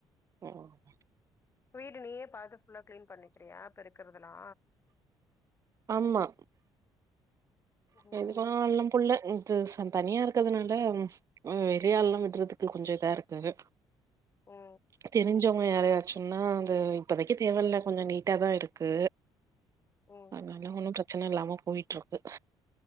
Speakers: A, on the right; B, on the left.
A: ம்
B: வீடு நீயே பாத்து ஃபுல்லா கிளீன் பண்ணிக்கிறியா பெருக்குறதெல்லா
A: ஆமா
B: ம்
A: <unintelligible> புள்ள <unintelligible> தனியா இருக்கறதுனால ம் வெளியாள்ல்லா விட்றதுக்கு கொஞ்சோ இதாருக்கு
B: ஓ
A: தெருஞ்சவுங்க யாரயாச்சுன்னா அது இப்போதைக்கு தேவ இல்ல கொஞ்சோ நீட்டா தா இருக்கு
B: ம்
A: அதுனால ஒன்னு பிரச்சன இல்லாம போயிட்ருக்கு